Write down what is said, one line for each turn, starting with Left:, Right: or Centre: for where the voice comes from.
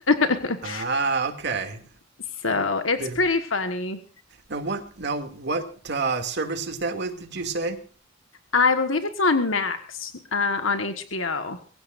Left: <laughs>
Right: Ah, okay.
Left: So it's
Right: They've,
Left: pretty funny.
Right: now what? Now what uh, service is that with? Did you say?
Left: I believe it's on Max, uh, on HBO.